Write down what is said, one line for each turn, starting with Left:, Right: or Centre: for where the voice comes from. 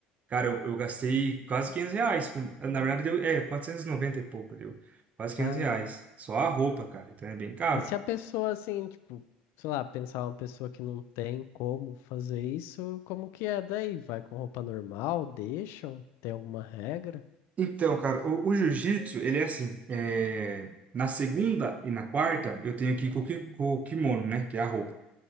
Right: Cara, eu, eu gastei quase 500 reais. com- Na verdade, deu, é, quatrocentos e noventa e pouco, deu. Quase
Left: Caraca.
Right: 500 reais. Só a roupa, cara. Então é bem caro.
Left: E se a pessoa, assim, tipo, sei lá, pensar uma pessoa que não tem como fazer isso, como que é daí? Vai com roupa normal? Deixam? Tem alguma regra?
Right: Então, cara, o, o jiu-jitsu, ele é assim. é, Na segunda e na quarta, eu tenho que ir com o ki- com o kimono, né? Que é a roupa.